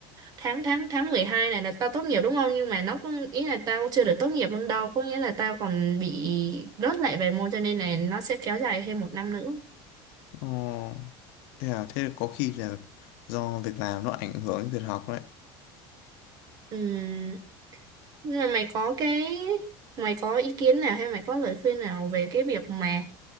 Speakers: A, on the right; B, on the left.
A: tháng tháng tháng 12 này là tao tốt nghiệp đúng không nhưng mà nó cũng ý là tao chưa được tốt nghiệp luôn đâu có nghĩa là tao còn bị rớt lại vài môn cho nên là nó sẽ kéo dài thêm một năm nữa
B: ờ thế à thế có khi là do việc làm nó ảnh hưởng đến việc học đấy
A: ừ Nhưng mà mày có cái mày có ý kiến nào hay mày có lời khuyên nào về cái việc mà